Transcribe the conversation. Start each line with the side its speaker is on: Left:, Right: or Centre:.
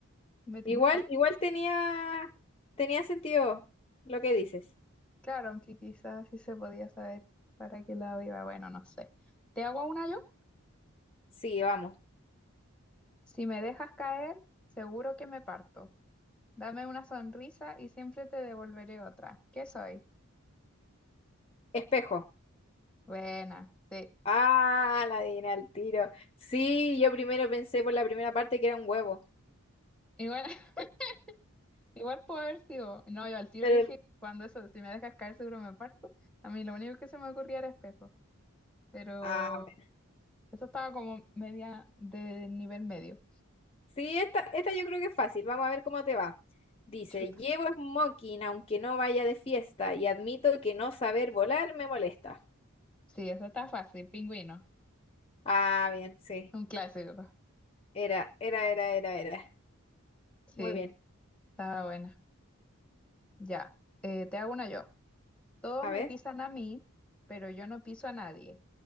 Centre: Me tincó.
Left: Igual, igual tenía, tenía sentido lo que dices.
Centre: Claro, aunque quizás sí se podía saber para qué lado iba. Bueno, no sé. ¿Te hago una yo?
Left: Sí, vamos.
Centre: Si me dejas caer, seguro que me parto. Dame una sonrisa y siempre te devolveré otra. ¿Qué soy?
Left: Espejo.
Centre: Buena, sí.
Left: Ah, la adiviné al tiro. Sí, yo primero pensé por la primera parte que era un huevo.
Centre: Igual, <laughs> igual puedo haber sido. No, yo al tiro
Left: Pero...
Centre: dije, cuando eso, si me dejas caer, seguro me parto. A mí lo único que se me ocurría era espejo. Pero
Left: Ah, bueno.
Centre: eso estaba como media de nivel medio.
Left: Sí, esta, esta yo creo que es fácil. Vamos a ver cómo te va. Dice,
Centre: Chuta.
Left: llevo smoking aunque no vaya de fiesta y admito que no saber volar me molesta.
Centre: Sí, eso está fácil, pingüino.
Left: Ah, bien, sí.
Centre: Un clásico.
Left: Era, era, era, era, era.
Centre: Sí,
Left: Muy bien.
Centre: estaba buena. Ya, eh, te hago una yo. Todos
Left: A
Centre: me
Left: ver,
Centre: pisan a mí, pero yo no piso a nadie.